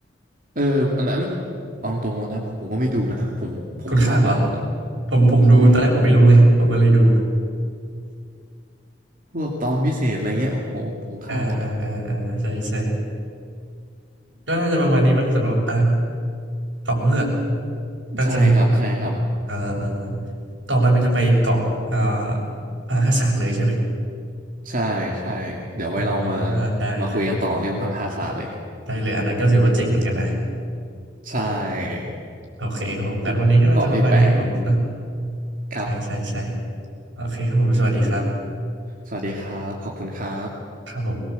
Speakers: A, on the right; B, on the right.
A: เอออันนั้นผมเอาตรงๆนะผมก็ไม่ดูนะผมผมข้ามตลอดอ่ะ
B: คุณข้ามเหรอผมผมดูตอนแรกผมไม่รู้ไงผมก็เลยดู
A: ใช่ พวกตอนพิเศษอะไรเงี้ยโอ้โหผมข้ามหมดอ่ะ
B: อ่าอ่าอ่าอ่าใช่ใช่ก็น่าจะประมาณนี้มั้งสำหรับอาร์ค เกาะเงือกก็สนุกนะ
A: ใช่ครับใช่ครับ
B: เออเออต่อไปมันจะไปเกาะเอ่อพระราศาสตร์เลยใช่ไหม
A: ใช่ใช่เดี๋ยวไว้เรามา
B: อ่าได้ได้
A: มาคุยกันต่อเรื่องพังคาศาสตร์เลย
B: ได้เลยอันนั้นก็ถือว่าเจ๋งเหมือนกันนะ
A: ใช่
B: โอเคครับผมงั้นวันนี้ก็น่าจะประมาณนี้ครับผมนะ
A: เป็นเป็นเกาะที่แปลกครับ
B: ใช่ใช่ใช่โอเคครับผม สวัสดีครับ
A: สวัสดีครับขอบคุณครับ
B: ครับผม